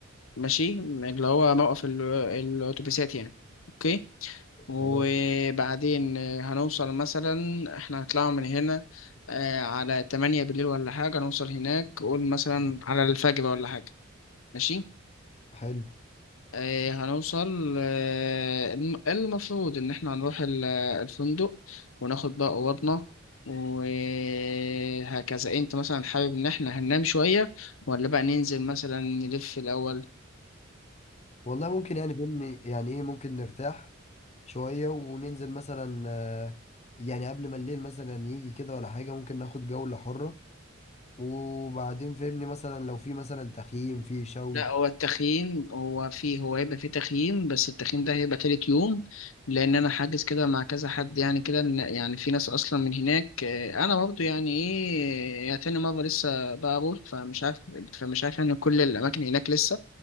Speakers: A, on the left; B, on the left.
A: ماشي اللي هو موقف ال- الاتوبيسات يعني اوكي وبعدين
B: تمام
A: آه، هنوصل مثلا احنا هنطلع من هنا آه على 8 بالليل ولا حاجه نوصل هناك قول مثلا على الفجر ولا حاجه ماشي
B: حلو
A: آه، هنوصل آه، الم- إيه المفروض إن إحنا هنروح ال- الفندق وناخد بقى أوضنا وهكذا أنت مثلا حابب إن إحنا هننام شوية ولا بقى ننزل مثلا نلف الأول
B: والله ممكن يعني فهمني يعني ايه ممكن نرتاح شوية وننزل مثلا آه، يعني قبل ما الليل مثلا يجي كده ولا حاجة ممكن ناخد جولة حرة وبعدين فهمني مثلا لو في مثلا تخييم في شوي
A: لا هو التخييم هو فيه هو هيبقى فيه تخييم بس التخييم ده هيبقى تالت يوم لأن أنا حاجز كده مع كذا حد يعني كده إن- يعني في ناس أصلا من هناك آه، أنا برضه يعني إيه يعني تاني مرة لسه بقابل فمش عارف فمش عارف يعني كل الأماكن هناك لسه